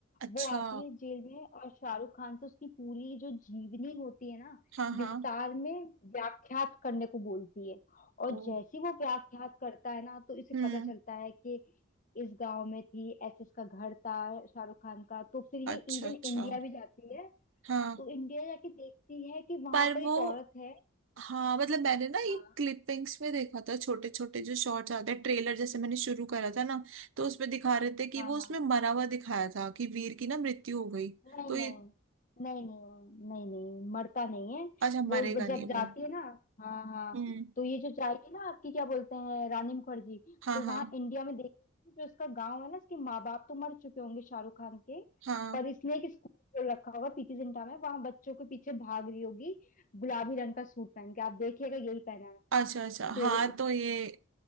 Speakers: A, on the right (about 70°); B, on the left (about 40°).
A: अच्छा
B: वो आती है जेल में और शाहरुख खान से उसकी पूरी जो जीवनी होती है ना
A: हाँ
B: विस्तार
A: हाँ
B: में व्याख्यात करने को बोलती है और
A: ओ
B: जैसे ही वो व्याख्यात करता है ना तो इसे
A: हम्म
B: पता चलता है कि इस गांव में थी ऐसे इसका घर था शाहरुख खान का तो फिर ये
A: अच्छा
B: इवन
A: अच्छा
B: इंडिया भी जाती है
A: हाँ
B: तो इंडिया जाके देखती है कि वहां
A: पर
B: पर
A: वो
B: एक औरत है
A: हाँ मतलब मैंने ना
B: हाँ
A: ये क्लिपिंग्स में देखा था छोटे छोटे जो शॉर्ट्स आते हैं ट्रेलर जैसे मैंने शुरू करा था ना तो उसमें दिखा रहे थे कि
B: हाँ
A: वो उसमें
B: हाँ
A: मरा हुआ दिखाया था कि वीर की ना मृत्यु हो गई
B: नहीं
A: तो ये
B: नहीं नहीं नहीं नहीं नहीं मरता नहीं है
A: अच्छा
B: वो
A: मरेगा
B: जब
A: नहीं
B: जाती
A: वो
B: है ना हाँ हाँ
A: हम्म
B: तो ये जो जाएगी ना आपकी क्या बोलते हैं रानी मुखर्जी
A: हाँ
B: तो
A: हाँ
B: वहाँ इंडिया में देखेगी जो इसका गांव है ना इसके माँ बाप तो मर चुके होंगे शाहरुख खान के
A: हाँ
B: पर इसने एक स्कूल खोल रखा होगा पीके जिंटा में वहां बच्चों के पीछे भाग रही होगी गुलाबी रंग का सूट पहन के आप देखिएगा यही पहना है
A: अच्छा अच्छा
B: फिर
A: हाँ
B: उस
A: तो ये